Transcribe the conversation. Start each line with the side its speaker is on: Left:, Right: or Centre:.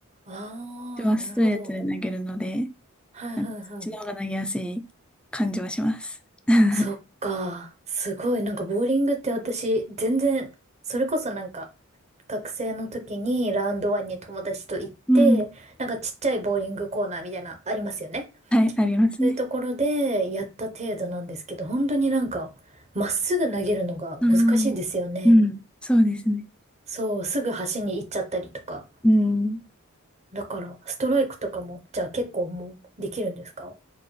Right: ああ、
Centre: 自分はストレートで投げるので、
Right: なるほど。はいはいはい。
Centre: なんかそっちの方が投げやすい感じはします。<laughs>
Right: そっか。すごい。なんか、ボーリングって私、全然、それこそなんか、学生の時にラウンドワンに友達と行って、
Centre: うん。
Right: なんかちっちゃいボーリングコーナーみたいな、ありますよね。
Centre: はい、ありますね。
Right: そういうところでやった程度なんですけど、本当になんか、まっすぐ投げるのが難しいですよね。
Centre: うん。うん。そうですね。
Right: そう、すぐ端に行っちゃったりとか。
Centre: うん。
Right: だから、ストライクとかも、じゃあ結構もうできるんですか